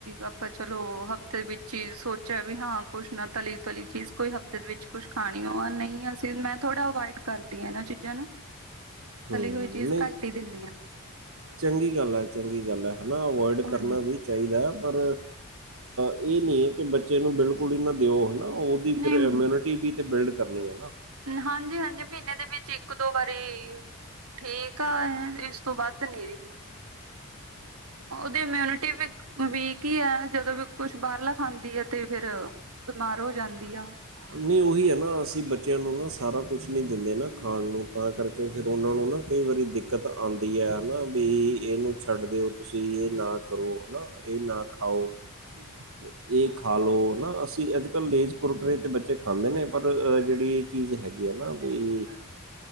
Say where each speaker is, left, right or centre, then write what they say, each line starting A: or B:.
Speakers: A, on the right; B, on the right.
A: ਆਪਾਂ ਚਲੋ ਹਫ਼ਤੇ ਵਿੱਚ ਹੀ ਸੋਚਿਆ ਵੀ ਹਾਂ ਕੁਛ ਨਾ ਤਲੀ- ਤਲੀ ਚੀਜ਼ ਕੋਈ ਹਫ਼ਤੇ ਦੇ ਵਿੱਚ ਕੁਛ ਖਾਣੀ ਹੋਵਾ ਨਹੀਂ ਅਸੀਂ ਮੈਂ ਥੋੜਾ ਅਵਾਇਡ ਕਰਦੀ ਹਾਂ ਇਹਨਾਂ ਚੀਜ਼ਾਂ ਨੂੰ। <inaudible>
B: ਹੂੰ
A: ਹੋਈ ਚੀਜ਼
B: ਨਹੀਂ
A: ਘੱਟ ਹੀ ਦਿੰਦੀ ਆ
B: ਚੰਗੀ ਗੱਲ ਆ- ਚੰਗੀ ਗੱਲ ਆ। ਹਨਾ ਅਵਇਡ
A: ਹਾਂਜੀ
B: ਕਰਨਾ ਵੀ ਚਾਹੀਦਾ ਏ ਪਰ ਇਹ ਨਹੀਂ ਕਿ ਬੱਚੇ ਨੂੰ ਬਿਲਕੁਲ ਹੀ ਨਾ ਦਿਓ ਹਨਾ ਉਹ ਦੀ
A: ਨਹੀਂ
B: ਫੇਰ ਇਮਿਊਨਿਟੀ ਵੀ ਤੇ ਬਿਲਡ ਕਰਨੀ ਹੈ ਨਾ।
A: ਹਾਂਜੀ- ਹਾਂਜੀ ਮਹੀਨੇ ਦੇ ਵਿੱਚ ਇੱਕ- ਦੋ ਵਾਰੀ, ਠੀਕ ਆ ਇਸ ਤੋਂ ਵੱਧ ਨੀ ਜ- ਉਹਦੀ ਇਮਿਊਨਿਟੀ ਵੀ ਵੀਕ ਹੀ ਆ ਜਦੋਂ ਵੀ ਕੁਛ ਬਾਹਰਲਾ ਖਾਂਦੀ ਹੈ ਤੇ ਫੇਰ- ਬਿਮਾਰ ਹੋ ਜਾਂਦੀ ਆ।
B: ਨਹੀਂ ਉਹੀ ਹੈ ਨਾ ਅਸੀਂ ਬੱਚਿਆਂ ਨੂੰ ਨਾ ਸਾਰਾ ਕੁਛ ਨਹੀਂ ਦਿੰਦੇ ਨਾ ਖਾਣ ਨੂੰ ਤਾਂ ਕਰ- ਕੇ ਫੇਰ ਉਹਨਾਂ ਨੂੰ ਨਾ ਕਈ ਵਾਰੀ ਦਿੱਕਤ ਆਂਦੀ ਐ ਨਾ ਵੀ ਇਹਨੂੰ ਛੱਡ ਦਿਓ। ਤੁਸੀ ਇਹ ਨਾ ਕਰੋ ਹਨਾ, ਇਹ ਨਾ ਖਾਓ।
A: <inaudible>
B: ਤੇ ਇਹ ਖਾ ਲਓ ਹਨਾ ਅਸੀਂ ਅੱਜ-ਕੱਲ ਲੇਜ, ਕੁਰਕਰੇ। ਤੇ ਬੱਚੇ ਖਾਂਦੇ ਨੇ ਪਰ ਜਿਹੜੀ ਇਹ ਚੀਜ਼ ਹੈਗੀ ਆ ਨਾ ਬਈ,